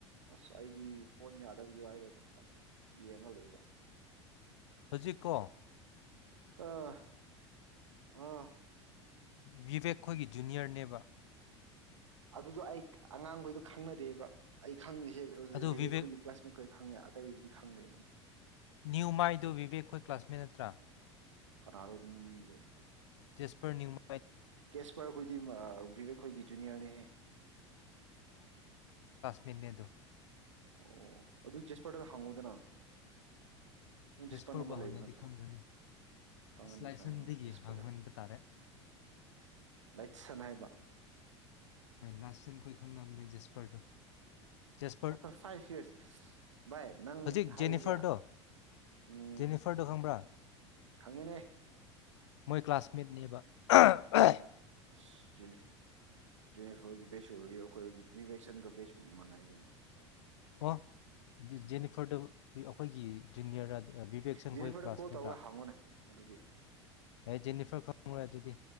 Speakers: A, on the right; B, on the left.
A: ꯑꯁ ꯑꯩꯗꯤ ꯐꯣꯟ ꯌꯥꯗꯕꯒꯤꯔ ꯍꯥꯏꯒ ꯄꯛ ꯎꯝ ꯌꯦꯡꯉꯒ ꯂꯩꯕ꯫
B: ꯍꯨꯖꯤꯛꯀꯣ꯫
A: ꯑꯥ ꯑꯥ
B: ꯚꯤꯚꯦꯛ ꯈꯣꯏꯒꯤ ꯖꯨꯅꯤꯌꯥꯔꯅꯦꯕ꯫
A: ꯑꯗꯨꯗꯣ ꯑꯩꯈ ꯑꯉꯥꯡꯒꯣꯏꯗꯣ ꯈꯪꯅꯗꯦꯕ ꯑꯩꯒ꯫ ꯈꯪꯉꯤꯁꯦ ꯍꯧꯖꯤꯛ
B: ꯑꯗꯣ
A: ꯚꯤꯚꯦꯛ
B: ꯚꯤꯕꯦꯛ
A: ꯍꯣꯏꯒꯤ ꯀ꯭ꯂꯥꯁꯃꯦꯠ ꯈꯣꯏ ꯈꯪꯗꯦ ꯑꯇꯩꯗꯨꯗꯤ ꯈꯪꯗꯦ ꯎꯝ꯫
B: ꯅꯤꯌꯨꯃꯥꯏꯗꯨ ꯚꯤꯚꯦꯛꯈꯣꯏ ꯀꯂ꯭ꯥꯁꯃꯦꯠ ꯅꯠꯇꯔꯥ꯫
A: ꯑꯥꯔꯨꯅꯌꯨꯃꯨꯏꯖꯦ
B: ꯏꯁꯄꯔ <unintelligible>
A: ꯖꯦꯁꯄꯔꯍꯣꯏꯗꯤ ꯃꯥ ꯚꯤꯚꯦꯛꯈꯣꯏꯒꯤ ꯖꯨꯅꯤꯌꯥꯔꯅꯦꯍꯦ꯫
B: ꯃꯤꯅꯦꯗꯨ
A: ꯑꯣ ꯑꯗꯨꯗꯤ ꯖꯦꯁꯄꯔ ꯗꯔꯥ ꯍꯪꯉꯣꯗꯅ꯫
B: ꯖꯦꯁꯄꯔꯕꯨ
A: ꯖꯦꯁꯄꯔ ꯅꯝꯕꯔ ꯂꯩꯕ
B: ꯍꯪꯉꯗꯤ
A: ꯅꯠꯇꯔꯣ꯫
B: ꯈꯪꯈ꯭ꯔꯅꯤ
A: ꯈꯪꯉꯅꯤ
B: ꯑꯁ ꯂꯥꯏꯁꯟꯗꯒꯤ
A: ꯈꯪꯉꯅꯤ ꯖꯦꯁꯄꯔꯗ
B: ꯍꯪꯍꯟꯕ ꯇꯥꯔꯦ
A: ꯂꯥꯏꯠꯁꯟ ꯍꯥꯏꯕ꯫ ꯑꯥ
B: ꯂꯥꯁꯦꯟꯈꯣꯏ ꯈꯪꯅꯕꯅꯤ ꯖꯦꯁꯄꯔꯗꯣ꯫ ꯖꯦꯁꯄ
A: ꯑꯥꯐꯇꯔ ꯐꯥꯏꯐ ꯌꯤꯑꯥꯔꯁ ꯚꯥꯏ ꯅꯪ
B: ꯍꯧꯖꯤꯛ
A: ꯅ ꯍꯥꯏꯔꯤꯁꯦ
B: ꯖꯦꯅꯤꯐꯔꯗꯣ
A: ꯎꯝ
B: ꯖꯦꯅꯤꯐꯔꯗꯣ ꯈꯪ ꯈꯪꯕꯔꯥ
A: ꯈꯪꯉꯤꯅꯦ
B: ꯃꯣꯏ ꯀꯂ꯭ꯥꯁ ꯃꯦꯠ ꯅꯦꯕ ꯑꯥ ꯑꯥ
A: ꯑꯁ ꯖꯦꯅꯤꯐꯔ ꯖꯦꯅꯤꯐꯔ ꯍꯣꯏꯒꯤ ꯕꯦꯠꯁ ꯔꯤꯑꯣꯈꯣꯏꯍꯣꯏꯒꯤ ꯚꯤꯚꯦꯛꯁꯟꯒ ꯕꯦꯠꯁ ꯃꯥꯟꯅꯩ ꯀꯩꯅꯣ ꯑꯥ꯫
B: ꯑꯣ ꯖꯦꯅꯤꯐꯔꯗꯣ ꯑꯩꯈꯣꯏꯒꯤ ꯖꯨꯅꯤꯑꯣꯔꯔꯥ ꯚꯤꯕꯦꯛꯁꯟ
A: ꯖꯦꯅꯤꯐꯔꯗ
B: ꯍꯣꯏꯒꯤ ꯀꯂꯥꯁꯃꯦꯠꯂꯥ
A: ꯀꯣꯜ ꯇꯧꯔꯒ ꯍꯪꯉꯨꯅꯦ ꯑꯗꯨꯗꯤ
B: ꯖꯦꯅꯤꯐꯔ ꯈꯪꯕ꯭ꯔꯥ ꯑꯗꯨꯗꯤ